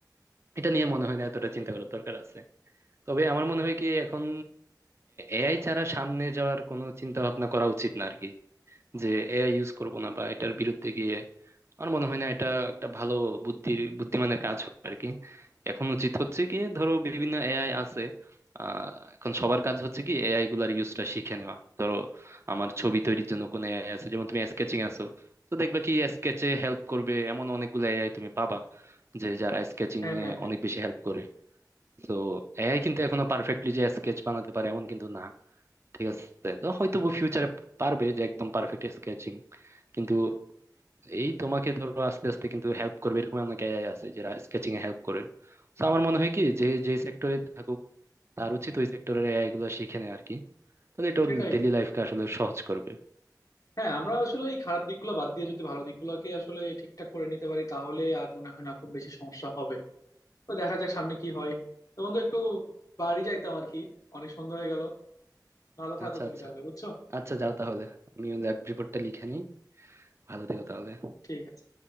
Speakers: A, on the right (about 40°); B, on the left (about 55°).
A: এটা নিয়ে মনে হয় না এতটা চিন্তা করার দরকার আছে তবে আমার মনে হয় কি এখন এআই ছাড়া সামনে যাওয়ার কোনো চিন্তা ভাবনা করা উচিত না আর কি যে এআই ইউজ করব না বা এটার বিরুদ্ধে গিয়ে আমার মনে হয় না এটা একটা ভালো বুদ্ধির বুদ্ধিমানের কাজ হবে আর কি এখন উচিত হচ্ছে কি ধরো বিভিন্ন এআই আছে আহ, এখন সবার কাজ হচ্ছে কি এআই গুলার ইউজটা শিখে নেওয়া ধরো আমার ছবি তৈরির জন্য কোনো এআই আছে যেমন তুমি স্কেচিং আছো তো দেখবে কি স্কেচে হেল্প করবে এমন অনেকগুলো এআই তুমি পাবা যে যারা স্কেচিং
B: হ্যাঁ হ্যাঁ
A: এ
B: হ্যাঁ
A: অনেক বেশি হেল্প করে তো এআই কিন্তু এখনো পারফেক্টলি যে স্কেচ বানাতে পারে এমন কিন্তু না ঠিক আছে তো হয়তো ফিউচারে পারবে যে একদম পারফেক্ট স্কেচিং কিন্তু এই তোমাকে ধরো আস্তে আস্তে কিন্তু হেল্প করবে এরকম অনেক এআই আছে যারা স্কেচিং এ হেল্প করে তো আমার মনে হয় কি যে যে সেক্টরে থাকুক তার উচিত ওই সেক্টরের এআই গুলো শিখে নেয় আর কি তাহলে এটা
B: সেটাই
A: ওর ডেইলি
B: বন্ধু
A: লাইফকে আসলে সহজ করবে
B: হ্যাঁ আমরা আসলে এই খারাপ দিকগুলো বাদ দিয়ে যদি ভালো দিকগুলোকে আসলে ঠিকঠাক করে নিতে পারি তাহলে আর মনে হয় না খুব বেশি সমস্যা হবে তো দেখা যাক সামনে কি হয় তো বন্ধু একটু বাড়ি যাইতাম আর কি অনেক সন্ধ্যা হয়ে গেল ভালো থাকো
A: আচ্ছা
B: তুমি
A: আচ্ছা
B: তাহলে বুঝছো
A: আচ্ছা যাও তাহলে আমি ল্যাব রিপোর্টটা লিখে নিই ভালো থেকো তাহলে
B: ঠিক আছে